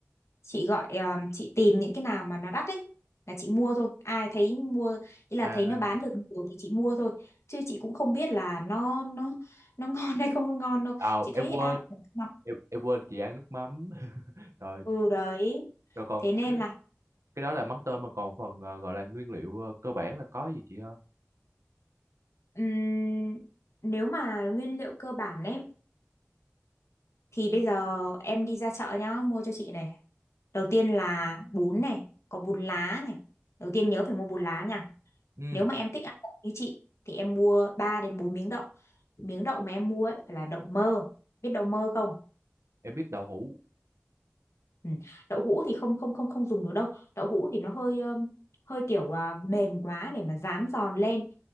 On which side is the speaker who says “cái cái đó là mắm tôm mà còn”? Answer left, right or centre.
Right